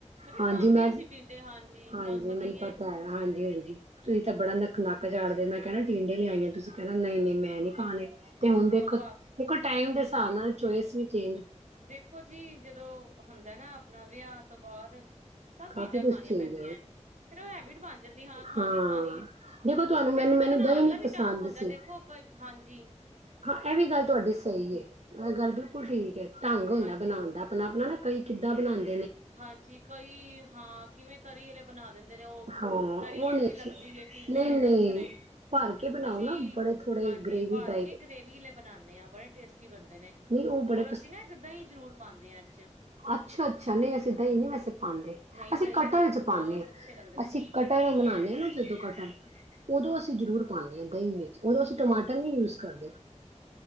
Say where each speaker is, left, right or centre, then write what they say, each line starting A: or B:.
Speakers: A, on the right (about 75°); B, on the right (about 60°).
A: ਤੇ
B: ਹਾਂਜੀ
A: ਖਾਂਦੀ
B: ਮੈਂ
A: ਨੀ ਸੀ ਟਿੰਡੇ ਹਾਂਜੀ
B: ਹਾਂਜੀ
A: ਤੁਹਾਨੂੰ
B: ਮੈਨੂੰ
A: ਹੀ
B: ਪਤਾ ਹੈ ਹਾਂਜੀ-ਹਾਂਜੀ ਤੁਸੀਂ ਤਾਂ ਬੜਾ ਨਕੋ ਨਾਕ ਜਾਣਦੇ ਮੈਂ ਕਹਿਣਾ ਟਿੰਡੇ ਲਿਆਈਆਂ ਤੁਸੀਂ ਕਹਿਣਾ, ਨਹੀਂ-ਨਹੀਂ ਮੈਂ ਨੀ ਖਾਣੇ, ਤੇ ਹੁਣ ਦੇਖੋ-ਦੇਖੋ
A: ਉਹ ਭਾਵ
B: ਟਾਈਮ ਦੇ
A: ਹਾਂਜੀ
B: ਹਿਸਾਬ ਨਾਲ ਚੋਇਸ ਵੀ, ਜੀ,
A: ਦੇਖੋ ਜੀ ਜਦੋਂ ਹੁੰ ਹਨਾ ਨਾ ਆਪਣਾ ਵਿਆਹ ਤੋਂ ਬਾਅਦ, ਸਭ
B: ਕਾਫੀ
A: ਚੀਜ਼ਾਂ
B: ਕੁਛ
A: ਖਾਣੀਆਂ
B: ਚੇਂਜ
A: ਪੈਂਦੀਆਂ ਹੈ ਫੇਰ ਉਹ ਹੈਬਿਟ ਬਣ ਜਾਂਦੀ ਹਾਂ ਖਾਣੀ
B: ਹਾਂ
A: ਖਾਣੀ
B: ਦੇਖੋ ਤੁਹਾਨੂੰ ਮੈਨੂੰ
A: ਫੇਰ ਨਾ ਇੱਕ
B: ਮੈਨੂੰ
A: ਬਣਾਣ
B: ਦਹੀਂ ਨੀ
A: ਦਾ ਵੀ
B: ਪਸੰਦ
A: ਢੰਗ ਹੁੰਦਾ
B: ਸੀ
A: ਦੇਖੋ, ਕੋਈ ਹਾਂਜੀ। ਜੀ,
B: ਹਾਂ ਇਹ ਵੀ ਗੱਲ ਤੁਹਾਡੀ ਸਹੀ ਇਹ ਗੱਲ ਬਿਲਕੁਲ ਠੀਕ, ਠੀਕ ਢੰਗ ਹੁੰਦਾ
A: ਹਾਂਜੀ
B: ਬਣਾਣ ਦਾ ਆਪਣਾ-ਆਪਣਾ ਨਾ, ਕਈ ਕਿੱਦਾਂ ਬਣਾਦੇ।
A: ਹਾਂਜੀ ਕਈ ਹਾਂ ਕਿਵੇਂ ਤਰੀ ਆਲੇ, ਬਣਾ, ਦਿੰਦੇ ਨੇ ਉਹ
B: ਹਾਂ
A: ਤਰੀ
B: ਉਹ
A: ਵੱਖਰੀ
B: ਨੀ ਅੱਛੀ
A: ਲੱਗਦੀ ਹੈ ਟੀਂਡੇ
B: ਨਹੀਂ
A: ਵਿੱਚ
B: ਨਹੀਂ
A: ਵੱਖਰੇ
B: ਭਰ ਕੇ ਬਣਾਓ
A: ਅਸੀਂ
B: ਨਾ ਬੜੇ ਥੋੜੇ
A: ਹਾਂਜੀ
B: ਗ੍ਰੇਵੀ
A: ਭਾਰ
B: ਟਾਈਪ
A: ਕੇ ਗਰੇਵੀ ਹਲੇ ਬਣਾਦੇ ਹਾਂ ਬੜੇ ਟੇਸਟੀ ਬਣਦੇ ਨੇ
B: ਨਹੀਂ ਉਹ ਬੜੇ
A: ਔਰ ਅਸੀਂ ਨਾ ਇੱਕ ਦਹੀਂ ਜ਼ਰੂਰ ਪਾਦੇ ਹਾਂ ਇਹਦੇ ਚ
B: ਅੱਛਾ-ਅੱਛਾ ਨਹੀਂ ਅ ਸਿੱਦਾਂ ਹੀ ਨਹੀਂ ਵੈਸੇ, ਪਾਦੇ
A: ਨਹੀਂ
B: ਅਸੀਂ
A: ਦਹੀਂ
B: ਕਟਲ
A: ਨਾਲ
B: ਚ
A: ਖਟਾਸ
B: ਪਾਦੇ ਹਾਂ
A: ਅੱਛੇ ਲੱਗਦੇ ਨੇ
B: ਅਸੀਂ ਕਟਰਲ ਬਣਾਦੇ ਹਾਂ ਨਾ ਜਦੋਂ ਕਟਰ ਉਦੋਂ ਅਸੀਂ ਅਸੀਂ ਜ਼ਰੂਰ ਪਾਦੇ ਹਾਂ ਦਹੀਂ ਵਿੱਚ ਉਦੋਂ ਅਸੀਂ ਟਮਾਟਰ ਨੀ ਯੂਜ ਕਰਦੇ,